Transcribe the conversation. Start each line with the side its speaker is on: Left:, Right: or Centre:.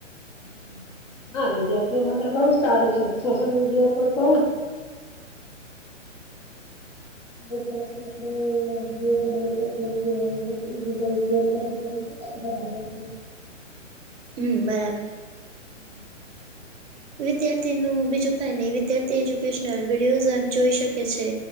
Left: હમ હમ, હા. <inaudible> હા, વિદ્યાર્થીઓ માટે બહુ જ સારું છે. સોશિયલ મીડિયા પણ બહુ..... ગુજરાતીમાં આપણે વિડિયો બનાવી શકીએ અને એકબીજા સાથે શેર કરી શકીએ. એ છે. <inaudible>
Right: હમ બરાબર...
Left: હમ.. <inaudible>
Right: વિદ્યાર્થીનું બીજું કાંઈ નહીં, વિદ્યાર્થીઓ એજ્યુકેશનલ વિડિયોઝ જોઈ શકે છે.